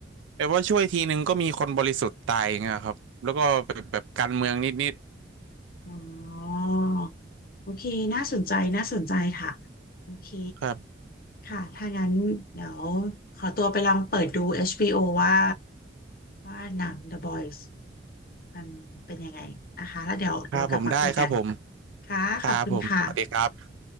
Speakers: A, on the right; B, on the left.
A: แบบว่าช่วยทีนึงก็มีคนบริสุทธิ์ตายงเงี้ยครับแล้วก็แบบแบบการเมืองนิด
B: อ๋อ โอเค น่าสนใจ น่าสนใจค่ะ โอเค
A: ๆครับ
B: ค่ะ ถ้างั้นเดี๋ยวขอตัวไปลองเปิดดู HBO ว่า ว่าหนัง The Boys มันเป็นยังไงนะคะแล้วเดี๋ยวเรากลับมาคุยกัน
A: ครับผมได้ครับผม
B: ค่ะขอบคุณค่ะ
A: ครับผมสวัสดีครับ